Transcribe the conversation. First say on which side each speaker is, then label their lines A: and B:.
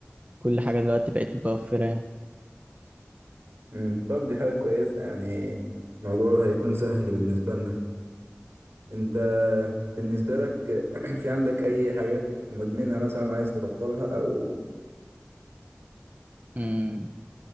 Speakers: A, on the right; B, on the right.
A: كل حاجة دلوقتي بقت متوفرة يعني.
B: مم. طب دي حاجة كويسة يعني الموضوع هيكون سهل بالنسبة لنا انت بالنسبة لك <clears throat> في عندك اي حاجات مدمنها مثلا عايز تبطلها او
A: امم